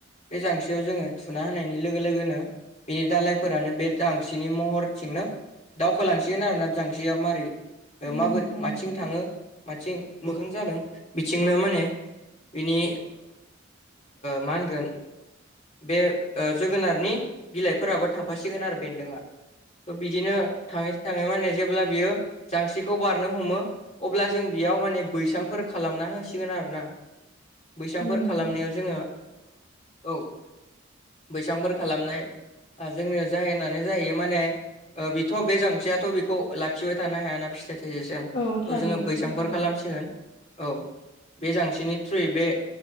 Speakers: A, on the left; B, on the left.
A: बे जांस्रियाव जोङो थुना होनायनि लोगो लोगोनो बेनि दालायफोरानो बे जांसिनि महरथिंनो दावखोलांसिगोन आरोना जांसिया माबारै
B: औ
A: माबोरै
B: नोंथां नंगौ
A: आो मथिं मोखां जादों बिथिंनो माने बिनि मा होनगोन बे जोगोनारनि बिलाइफोराबो थांफासिगोन आरो बेन्दोंआ बिदिनो थांङै थांङै मान होने जेब्ला बियो जांसिखौ बारनो हमो अब्ला जों बेयाव माने बैसांफोर खालामना होसिगोन आरो ना बैसांफोर
B: औ नोंथां
A: खालामनायाव जोंङो औ बैसांफोर खालामनाय जोंनि जाहै होननानै जाहैयो माने बेथ' बे जांथियाथ' बेखौ लाखिबाय थानो हायाना फिथाइ थाइजासिम
B: औ
A: थ
B: थारैनो
A: जोंङो बैसांफोर
B: सैथो
A: खालामसिगोन औ बे जांसिनि थ्रुयै बे